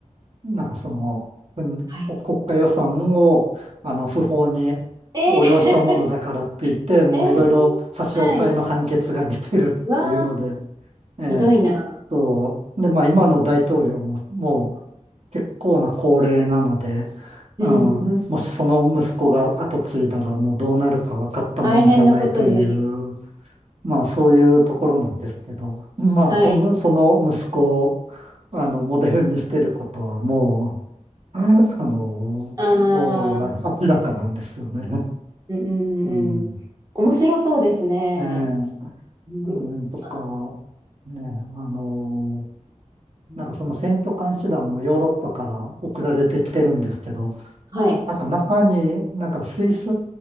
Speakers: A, on the right; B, on the right.
A: なんかその、国、
B: はい。
A: 国家予算を、あの、不法に横領したものだからって言って、
B: えー、<laughs>
A: もういろいろ差し押さえの判決が出てるっていうので、
B: えー、はい。うわー、
A: ええ、
B: ひどいな。
A: そう。で、まあ今の大統領も、もう、結構な高齢なので、
B: うん。
A: うん、もしその息子が後継いだらもうどうなるか分かったもんじゃないという、
B: 大変なことになり
A: まあそういうところなんですけど、まあその、
B: ます。はい。
A: その息子をあのモデルにしてることはもう、<laughs> あの、
B: あ
A: もうあ明らかなんですよね。
B: あ、うんうんうんうん。
A: うん、
B: 面白そうですね。
A: ええ
B: うん。
A: うん、とか、
B: あ、
A: ね、あの、
B: うん、
A: なんかその選挙監視団もヨーロッパから送られてきてるんですけど、
B: はい。
A: なんか中に、なんかスイス